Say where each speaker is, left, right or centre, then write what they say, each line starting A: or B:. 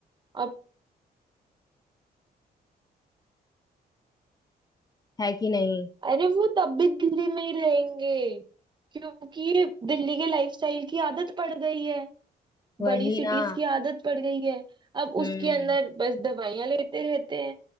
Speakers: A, on the right; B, on the left.
A: अब
B: है कि नहीं
A: अरे वो तब भी दिल्ली में ही रहेंगे क्योंकि दिल्ली के लाइफस्टाइल की आदत पड़ गई है
B: वही
A: बड़ी सिटीज
B: ना
A: की आदत पड़ गई है अब
B: हम्म
A: उसके अंदर बस दवाइयां लेते रहते हैं